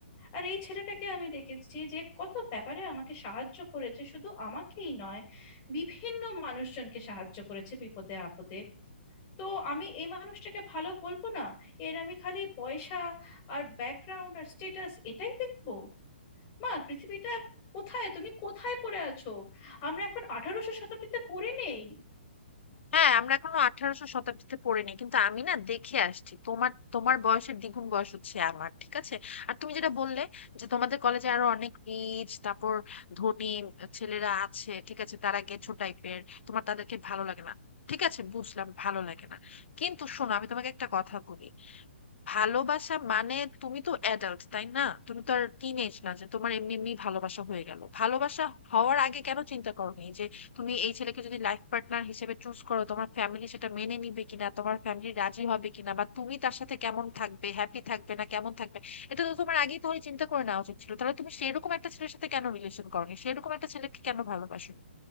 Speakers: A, on the left; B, on the left.
A: আর এই ছেলেটাকে আমি দেখেছি যে কত ব্যাপারে আমাকে সাহায্য করেছে শুধু আমাকেই নয় বিভিন্ন মানুষজনকে সাহায্য করেছে বিপদে আপদে তো আমি এই মানুষটাকে ভালো বলবো না এর আমি খালি পয়সা আর ব্যাকগ্রাউন্ড আর স্টেটাস এটাই দেখবো মা পৃথিবীটা কোথায় তুমি কোথায় পড়ে আছো আমরা এখন আঠারোশো শতাব্দীতে পড়ে নেই
B: হ্যাঁ আমরা এখনো আঠারোশো শতাব্দীতে পড়িনি কিন্তু আমি না দেখে আসছি তোমার তোমার বয়সের দ্বিগুণ বয়স হচ্ছে আমার ঠিক আছে আর তুমি যেটা বললে যে তোমাদের কলেজে আরো অনেক রিচ তারপর ধনী ছেলেরা আছে ঠিক আছে তারা গেছো টাইপের তোমার তাদেরকে ভালো লাগে না ঠিক আছে বুঝলাম ভালো লাগে না কিন্তু শোনো আমি তোমাকে একটা কথা বলি ভালোবাসা মানে তুমি তো অ্যাডাল্ট তাই না তুমি তো আর টিন এজ না যে তোমার এমনি এমনি ভালোবাসা হয়ে গেল ভালোবাসা হওয়ার আগে কেন চিন্তা করোনি যে তুমি এই ছেলেকে যদি লাইফ পার্টনার হিসেবে চুজ করো তোমার ফ্যামিলি সেটা মেনে নিবে কিনা তোমার ফ্যামিলি রাজি হবে কিনা বা তুমি তার সাথে কেমন থাকবে হ্যাপি থাকবে না কেমন থাকবে এটা তো তোমার আগেই তাহলে চিন্তা করে নেওয়া উচিত ছিল তাহলে তুমি সেরকম একটা ছেলের সাথে কেন রিলেশন করোনি সেরকম একটা ছেলেকে কেন ভালোবাসো